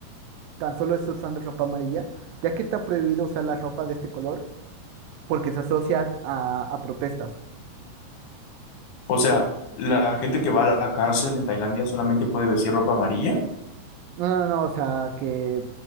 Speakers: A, on the right (about 80°); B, on the left (about 85°).
A: tan solo es usando ropa amarilla, ya que está prohibido usar la ropa de este color porque se asocia a, a protestas.
B: O sea, la gente que va a la cárcel en Tailandia solamente puede vestir ropa amarilla.
A: No, no, no, o sea, que